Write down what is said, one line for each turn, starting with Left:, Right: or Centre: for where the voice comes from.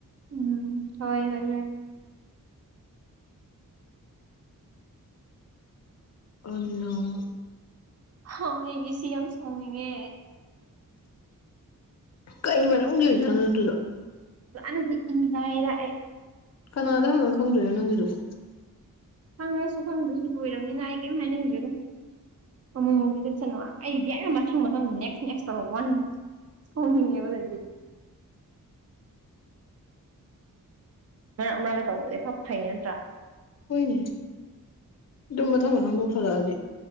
Right: ꯎꯝ ꯍꯣꯏ ꯍꯣꯏ ꯍꯣꯏ
Left: ꯑ ꯅꯣ
Right: ꯍ ꯑꯩꯒꯤ ꯁꯤ ꯑꯦꯝ ꯁ꯭ꯃꯤꯒꯦ
Left: ꯀꯩ ꯃꯔꯝꯒꯤ ꯑꯣꯏꯖꯥꯠꯅꯣ ꯑꯗꯨꯗꯣ
Right: ꯅꯗꯤ ꯏꯉꯥꯏꯔꯥꯛꯑꯦ
Left: ꯀꯅꯥꯗꯪꯉꯒ ꯈꯪꯗꯣꯏꯅꯣ ꯅꯪꯒꯤꯗꯨꯕꯣ
Right: ꯐꯪꯉꯁꯨ ꯐꯪꯗ꯭ꯔꯁꯨ ꯂꯣꯏꯔꯕꯅꯤꯅ ꯑꯩ ꯀꯩꯝ ꯍꯥꯏꯅꯤꯡꯗ꯭ꯔꯦꯗ ꯑꯃꯨꯛ ꯑꯃꯨꯛꯇꯤ ꯂꯦꯞꯁꯅꯨ ꯑꯩꯗꯤ ꯍꯦꯛ ꯃꯊꯪ ꯃꯊꯪ ꯅꯦꯛꯁ ꯅꯦꯛꯁ ꯇ ꯋꯥꯟ <unintelligible> ꯃꯔꯛ ꯃꯔꯛꯇ ꯇꯧꯕꯗꯤ ꯈꯔ ꯐꯩ ꯅꯠꯇ꯭ꯔꯥ
Left: ꯍꯣꯏꯅꯦ ꯑꯗꯣ ꯃꯊꯪ ꯃꯊꯪ ꯇꯧꯁꯤꯜꯂꯛꯑꯗꯤ